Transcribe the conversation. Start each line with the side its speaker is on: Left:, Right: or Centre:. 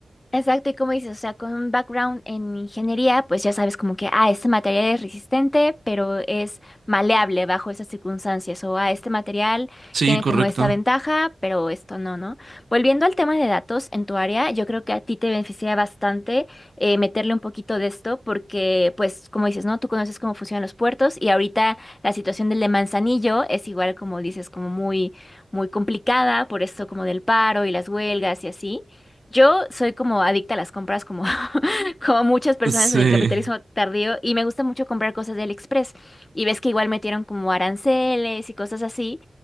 Left: Exacto, y como dices, o sea, con un background en ingeniería, pues ya sabes como que, ah, este material es resistente, pero es maleable bajo esas circunstancias, o ah, este material
Right: Sí,
Left: tiene
Right: correcto.
Left: como esta ventaja, pero esto no, ¿no? Volviendo al tema de datos en tu área, yo creo que a ti te beneficia bastante eh, meterle un poquito de esto, porque pues como dices, ¿no? Tú conoces cómo funcionan los puertos y ahorita la situación del de Manzanillo es igual como dices, como muy, muy complicada por esto como del paro y las huelgas y así. Yo soy como adicta a las compras, como, <laughs> como muchas personas
Right: Sí,
Left: en el capitalismo tardío, y me gusta mucho comprar cosas de AliExpress. Y ves que igual metieron como aranceles y cosas así.